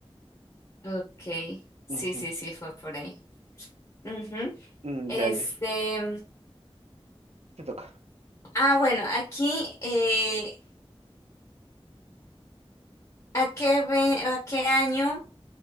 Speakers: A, on the left (about 40°); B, on the right (about 80°).
A: Ok, sí,
B: Ujú.
A: sí, sí, fue por ahí. Ujú.
B: Mm,
A: Este,
B: dale, te toca.
A: ah, bueno, aquí, eh, ¿a qué ve- a qué año